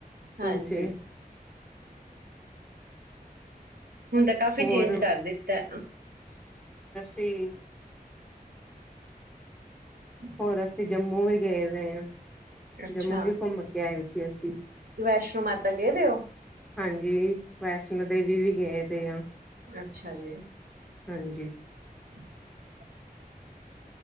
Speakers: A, on the right (about 70°); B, in the centre.
A: ਹਾਂਜੀ,
B: ਕੁਲਚੇ
A: ਹੁਣ ਤਾਂ ਕਾਫੀ
B: ਹੋਰ
A: ਚੇਂਜ ਕਰ ਦਿੱਤਾ।
B: ਤੇ, ਹੋਰ ਅਸੀਂ ਜੰਮੂ ਵੀ ਗਏ ਹੋ ਹਾਂ।
A: ਅੱਛਾ
B: ਜੰਮੂ ਵੀ ਘੁੰਮ ਕੇ ਆਏ ਸੀ। ਅਸੀ,
A: ਵੈਸ਼ਨੋ ਮਾਤਾ ਗਏ ਦੇ ਔ,
B: ਹਾਂਜੀ ਵੈਸ਼ਨੋ ਦੇਵੀ ਵੀ ਗਏ ਤੇ ਆ।
A: ਅੱਛਾ ਜੀ,
B: ਹਾਂਜੀ
A: <inaudible>